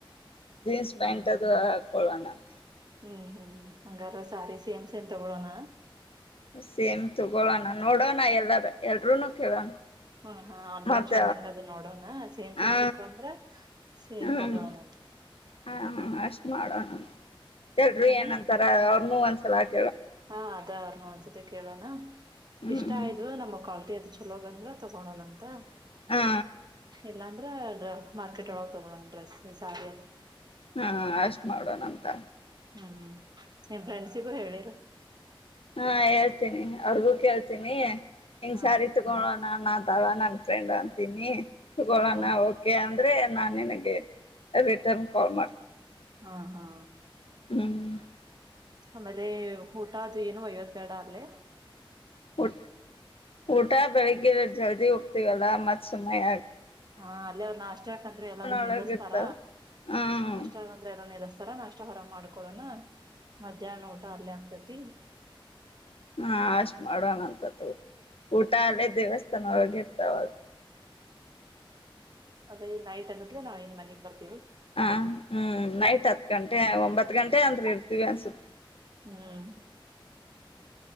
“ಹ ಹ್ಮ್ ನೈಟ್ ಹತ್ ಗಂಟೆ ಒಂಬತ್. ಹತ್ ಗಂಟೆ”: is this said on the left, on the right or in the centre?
Left